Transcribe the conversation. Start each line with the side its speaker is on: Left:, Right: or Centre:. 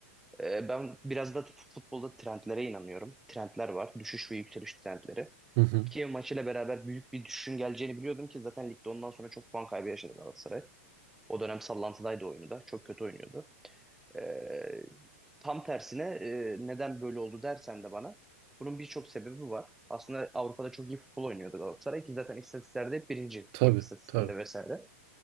Centre: Ee, ben biraz da futbolda trendlere inanıyorum. Trendler var. Düşüş ve yükseliş trendleri.
Right: Hı hı.
Centre: Kiev maçıyla beraber büyük bir düşüşün geleceğini biliyordum ki zaten ligde ondan sonra çok puan kaybı yaşadı Galatasaray. O dönem sallantıdaydı oyunu da. Çok kötü oynuyordu. Ee, tam tersine e, neden böyle oldu dersen de bana bunun birçok sebebi var. Aslında Avrupa'da çok iyi futbol oynuyordu Galatasaray ki zaten istatistiklerde hep birinci
Right: Tabii
Centre: gol istatistiğinde
Right: tabii.
Centre: vesaire.